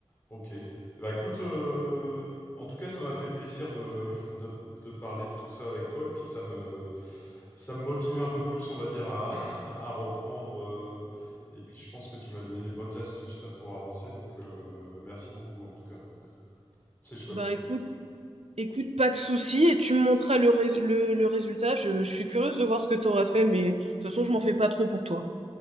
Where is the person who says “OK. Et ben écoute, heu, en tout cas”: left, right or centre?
Left